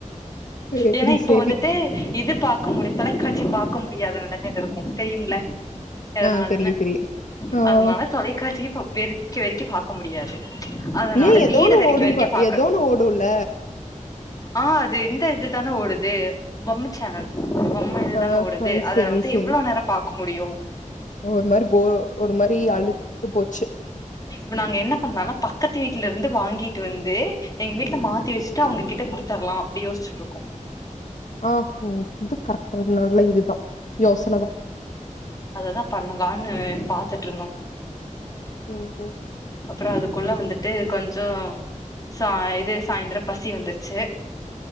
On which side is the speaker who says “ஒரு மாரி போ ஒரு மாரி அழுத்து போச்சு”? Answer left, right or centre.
Left